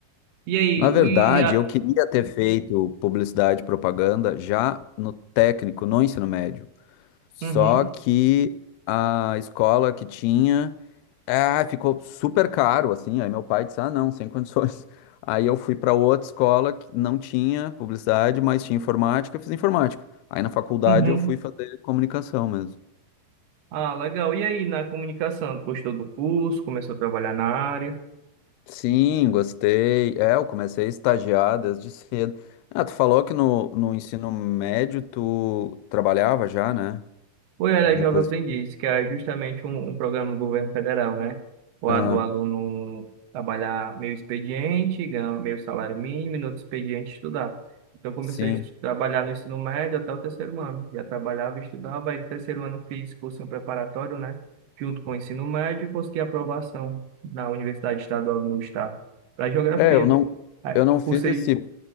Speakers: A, on the right; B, on the left.
A: E aí,
B: na
A: o-
B: verdade,
A: e a,
B: eu queria ter feito publicidade e propaganda já no técnico, no ensino médio. Só
A: uhum,
B: que a escola que tinha É, ficou super caro, assim. Aí meu pai disse: ah, não, sem condições. <laughs> Aí eu fui para outra escola que não tinha publicidade, mas tinha informática, eu fiz informática. Aí na faculdade
A: uhum.
B: eu fui fazer comunicação mesmo.
A: Ah, legal. E aí, na comunicação, tu gostou do curso, começou a trabalhar na área?
B: Sim, gostei. É, eu comecei a estagiar desde cedo. Ah, tu falou que no, no ensino médio tu trabalhava já, né?
A: Ou era
B: Alguma
A: Jovem
B: coisa
A: Aprendiz,
B: assim.
A: que é justamente um, um programa do governo federal, né? O a
B: Ah,
A: do aluno trabalhar meio expediente, ganhar meio salário mínimo, e no outro expediente estudar. Então, eu comecei
B: sim.
A: a estu- trabalhar no ensino médio até o terceiro ano. Já trabalhava e estudava, aí no terceiro ano fiz cursinho preparatório, né? Junto com o ensino médio, consegui aprovação na Universidade Estadual do meu estado, para geografia.
B: É, eu não,
A: Aí,
B: eu não
A: Cursei
B: fiz esse